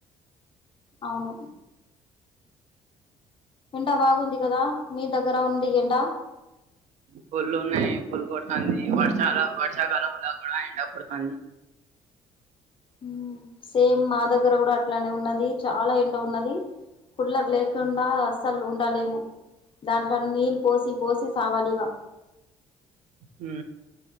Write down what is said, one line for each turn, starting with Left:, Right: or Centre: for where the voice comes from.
Left: అవును ఎండ బాగుంది కదా మీ దగ్గర ఉంది ఎండ
Right: పుల్ ఉన్నాయి పుల్ కొడుతంది వర్షల వర్షాకాలంలా కూడా ఎండ కొడుతంది
Left: ఉ సేమ్ మా దగ్గర కూడా అట్లానే ఉన్నది చాలా ఎండ ఉన్నది కుళ్లర్ లేకుండా అస్సల్ ఉండాలేము దాంట్ల నీళ్ పోసి పోసి సావాలిగా
Right: ఉ